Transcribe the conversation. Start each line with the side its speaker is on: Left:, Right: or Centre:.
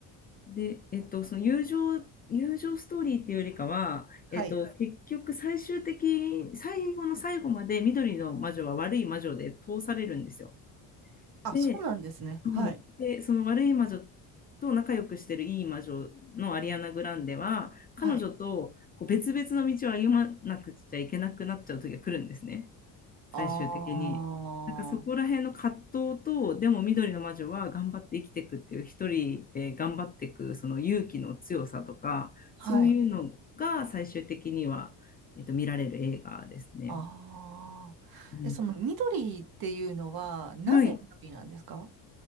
Left: で、えっと、その友情、友情ストーリーっていうよりかは、
Right: はい。
Left: えっと、結局最終的、最後の最後まで緑の魔女は悪い魔女で通されるんですよ。
Right: あ、
Left: で、
Right: そうなんですね。
Left: そうで、
Right: はい。
Left: その悪い魔女と仲良くしてるいい魔女のアリアナ・グランデは、彼女とこう別々の道を歩まなくちゃいけなくなっちゃう時が来るんですね、
Right: はい。
Left: 最終的に。
Right: ああ、
Left: なんかそこら辺の葛藤と、でも緑の魔女は頑張って生きていくっていう、一人で頑張っていくその勇気の強さとか、
Right: はい。
Left: そういうのが最終的には、えっと、見られる映画ですね。
Right: ああ。
Left: うん、
Right: え、その緑っていうのは、なぜ緑なんですか
Left: はい。